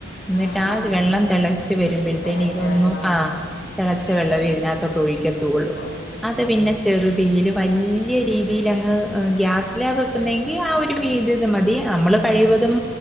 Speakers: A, in the centre; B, on the left.
A: എന്നിട്ട്
B: ഉം
A: ആ വെള്ളം തിളച്ച് വരുമ്പോഴത്തേന
B: തിളച്ച
A: ഇതൊന്നും
B: വെള്ളം
A: ആഹ്.... തിളച്ച
B: ഉം
A: വെള്ളവും ഇതിനകത്തോട്ട് ഒഴിക്കത്തുള്ളു
B: ഒഴിക്കാവുള്ളൂ
A: അത് പിന്നെ ചെറു
B: ഉം
A: തീയിലും..... വല്യ രീതിൽ അങ്ങ് ഗ്യാസിലാ വെക്കുന്നെങ്കിൽ ആ ഒരു <unintelligible> ഇത് മതി നമ്മള് കഴിവതും.....